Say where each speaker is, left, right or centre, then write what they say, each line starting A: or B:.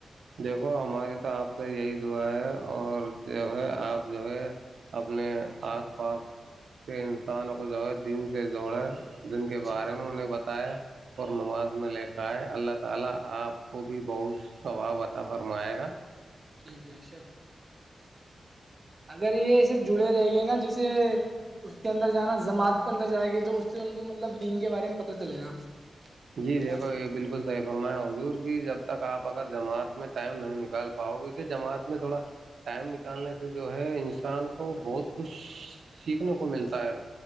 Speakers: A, on the right; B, on the right.
A: دیکھو ہماری تو آپ سے یہی دعا ہے اور جو ہے آپ جو ہے اپنے
B: جی
A: آس پاس کہ انسان کو جو ہے دن سے جوڑے جن کے
B: جی
A: بارے میں انہیں بتا <unintelligible> پ فھرم آئے گا
B: ٹھیک بے شک اگر یہ اسے جڑے رہ گئے نا جیسے اس کے اندر جانا جماعت کے اندر جائےیں گے تو اس سے ان کو مطلب دین کے بارے میں پت چلے گا
A: جی
B: جماعت
A: دیکھو
B: سے۔
A: یہ بالکل صحیح فرما حضور کی جب تک آپ اگر جماعت میں ٹائم نہیں نکال پاؤ کیکہ جماعت میں تھوڑا ٹائم نکالنے سے جو ہے انسان کو بہت کچھ سیکھنے کو ملتا
B: جی
A: ہے